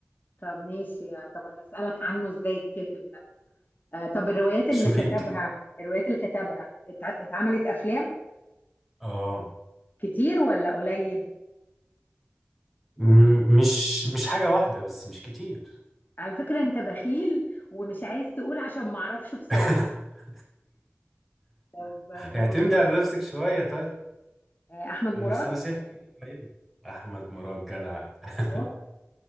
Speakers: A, on the left; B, in the centre.
A: طب ماشي آه، طب انا اسالك عنه ازاي الكاتب ده آه طب الروايات
B: شوفي
A: اللي كتبها
B: انت
A: الروايات اللي كتبها اتع- اتعملت افلام
B: اه
A: كتير ولا قليل
B: مم، مش مش حاجة واحدة بس مش كتير
A: على فكرة انت بخيل ومش عايز تقول عشان ما اعرفش بسرعة
B: <laughs>
A: طب آه،
B: اعتمدي
A: بص
B: على نفسك شوية طيب
A: آه، احمد مراد
B: انا بس انا شايفك انت قريبه احمد مراد جدع <laughs>
A: شاطر.